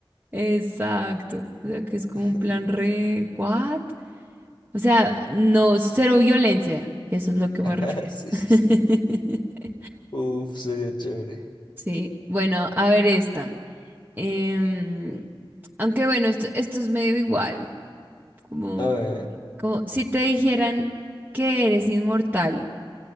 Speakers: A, on the right; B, on the left.
A: Exacto. O sea, que es como
B: <laughs>
A: un plan re... ¿What? O sea, no, cero violencia. Eso es lo que me
B: <laughs>
A: refiero.
B: Sí,
A: <laughs>
B: sí, sí. Uf, sería chévere.
A: Sí. Bueno, a ver esta. Em, aunque bueno, esto, esto es medio igual. Como,
B: A ver,
A: como si te dijeran que eres inmortal.